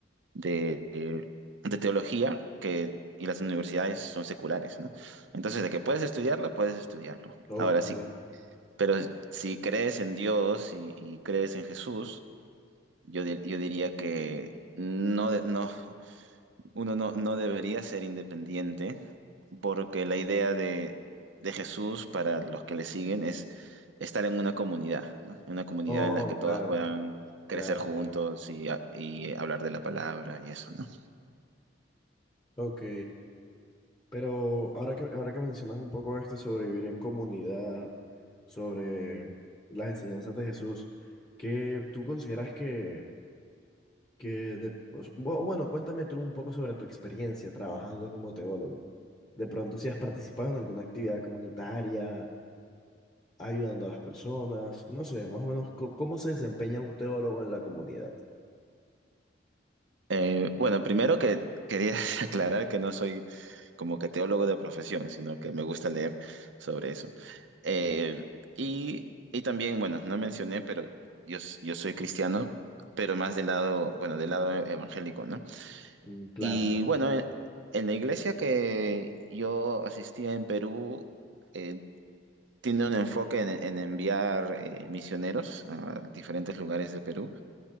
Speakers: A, on the right; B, on the left.
A: de, de- de teología que... Y las universidades son seculares, ¿no? Entonces, de que puedes estudiarlo, puedes estudiarlo.
B: ok.
A: Ahora, sí, pero si crees en Dios y y crees en Jesús, yo, dir- yo diría que no, de- no, uno no, no debería ser independiente porque la idea de, de Jesús para los que le siguen es estar en una comunidad, ¿no? En Una comunidad
B: Oh,
A: en la que todos
B: claro,
A: puedan crecer
B: claro,
A: juntos
B: claro.
A: y, a- y hablar de la palabra y eso, ¿no?
B: Ok. Pero ahora que, ahora que mencionas un poco esto sobre vivir en comunidad, sobre las enseñanzas de Jesús, ¿qué tú consideras que, que de- o sea, bu- bueno, cuéntame tú un poco sobre tu experiencia trabajando como teólogo. De pronto, si has participado en alguna actividad comunitaria ayudando a las personas, no sé, más o menos co- cómo se desempeña un teólogo en la comunidad.
A: Eh, bueno, primero que quería <laughs> aclarar que no soy como que teólogo de profesión, sino que me gusta leer sobre eso. Eh, y, y también, bueno, no mencioné, pero yo, s- yo soy cristiano, pero más del lado, bueno, del lado evangélico, ¿no?
B: Mm, Claro,
A: Y
B: claro.
A: bueno, en, en la iglesia que yo asistía en Perú, eh, tiene un enfoque en, en enviar eh, misioneros a diferentes lugares de Perú